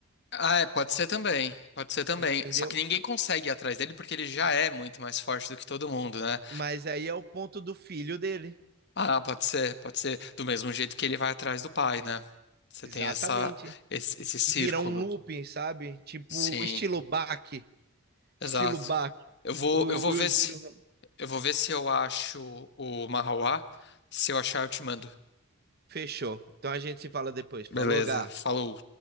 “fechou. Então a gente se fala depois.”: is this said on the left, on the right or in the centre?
Right